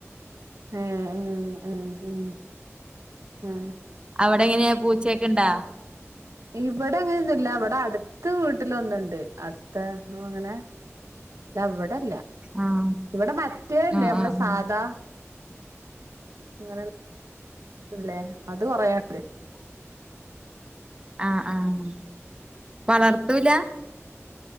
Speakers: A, on the right; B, on the right.
A: ഏഹ് ഏഹ് ഏഹ് ഏഹ് ഏഹ്.
B: അവിടെങ്ങനെയാ പൂച്ചയൊക്കിണ്ടാ?
A: ഇവിടെ അങ്ങനെയൊന്നുല്ല ഇവിടെ അടുത്ത വീട്ടിലൊന്നിണ്ട് അടുത്ത അങ്ങനെ അ ഇവിടെല്ല
B: ആഹ്
A: ഇവിടെ മറ്റേ ണ്ട്
B: ആഹ്
A: മ്മടെ
B: ആഹ്
A: സാധാ.
B: ആഹ്
A: ഇങ്ങനെ ല്ലേ അത് കൊറേ ണ്ട്.
B: ആഹ് ആഹ് വളർത്തൂല.